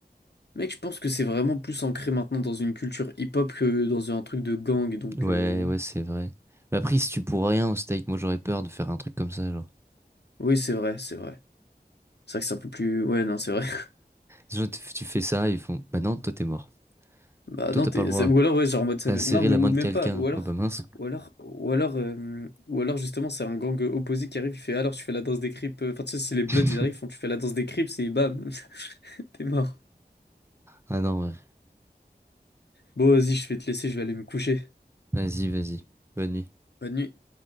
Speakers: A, on the left; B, on the right.
A: mec, je pense que c'est vraiment plus ancré maintenant dans une culture hip-hop que dans un truc de gang, donc
B: Ouais,
A: euh,
B: ouais, c'est vrai. Mais après, si tu pour rien au steak, moi j'aurais peur de faire un truc comme ça, genre.
A: oui, c'est vrai, c'est vrai. C'est vrai que c'est un peu plus, ouais, non, c'est vrai. <laughs>
B: Disons, tu tu fais ça, ils font. Bah non, toi t'es mort.
A: Bah
B: Toi
A: non,
B: t'as
A: t'es,
B: pas le droit.
A: c'est- ou alors ouais, genre en mode, ça
B: T'as
A: fait-
B: serré
A: non, mais
B: la
A: ou
B: main de
A: même
B: quelqu'un.
A: pas, ou alors,
B: Oh bah mince.
A: ou alors, ou alors, euh, ou alors justement, c'est un gang opposé qui arrive, il fait, alors tu fais la danse des Crips, euh, enfin tu sais, si les Bloods
B: <laughs>
A: ils arrivent, ils font, tu fais la danse des Crips et bam, <laughs> t'es mort.
B: Ah non, ouais.
A: Bon, vas-y, je vais te laisser, je vais aller me coucher.
B: Vas-y, vas-y. Bonne nuit.
A: Bonne nuit.